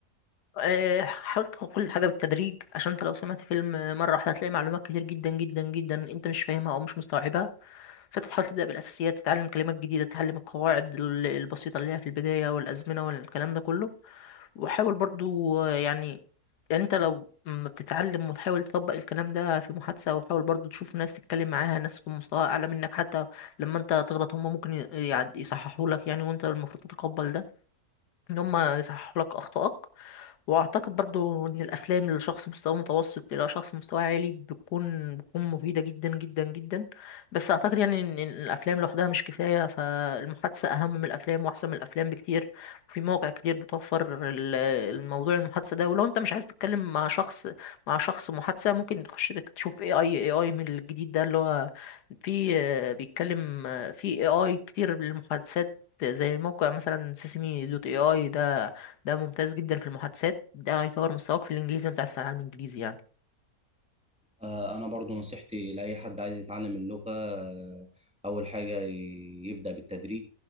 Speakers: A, on the left; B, in the centre.
A: آه، حاول تاخد كل حاجة بالتدريج عشان انت لو سمعت فيلم مرة واحدة هتلاقي معلومات كتير جدا جدا جدا انت مش فاهمها او مش مستوعبها فانت تحاول تبدا بالاساسيات تتعلم كلمات جديده تتعلم القواعد ال- البسيطه اللي هي في البدايه والازمنه والكلام ده كله وحاول برضو آه، يعني يعني انت لو ما بتتعلم وتحاول تطبق الكلام ده في محادثه وحاول برضو تشوف ناس تتكلم معاها ناس في مستوى اعلى منك حتى لما انت تغلط هم ممكن ي- يعد- يصححوا لك يعني وانت المفروض تتقبل ده ان هم يصححوا لك اخطائك واعتقد برضو ان الافلام لشخص مستوى متوسط الى شخص مستوى عالي بتكون بتكون مفيده جدا جدا جدا بس اعتقد يعني ان إن الافلام لوحدها مش كفايه فالمحادثه اهم من الافلام واحسن من الافلام بكتير في مواقع كتير بتوفر ال- الموضوع المحادثه ده ولو انت مش عايز تتكلم مع شخص مع شخص محادثه ممكن تخش تك- تشوف اي اي اي اي من الجديد ده اللي هو في آه، بيتكلم آه، في اي اي كتير للمحادثات زي موقع مثلا سيسمي دوت اي اي ده ده ممتاز جدا في المحادثات ده هيطور مستواك في الانجليزي انت عايز تتعلم انجليزي يعني
B: آه، أنا برضو نصيحتي لأي حد عايز يتعلم اللغة آه، أول حاجة ي- يبدأ بالتدريج